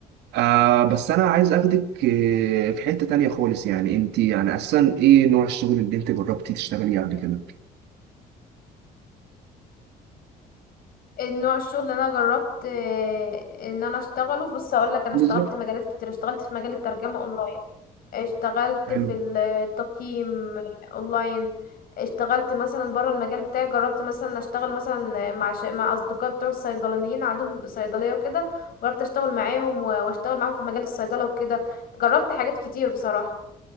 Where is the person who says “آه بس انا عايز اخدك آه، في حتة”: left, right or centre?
Right